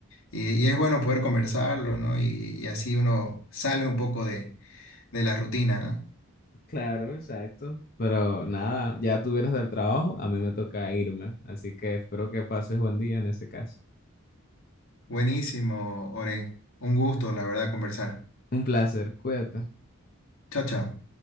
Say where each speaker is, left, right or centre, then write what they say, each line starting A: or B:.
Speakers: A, on the left; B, on the left.
A: y- y es bueno poder conversarlo, ¿no? Y, y así uno sale un poco de, de la rutina, ¿no?
B: Claro, exacto. Pero nada, ya tú vienes del trabajo, a mí me toca irme, así que espero que pases buen día en ese caso.
A: Buenísimo, Oren. Un gusto, la verdad, conversar.
B: Un placer, cuídate.
A: Chao, chao.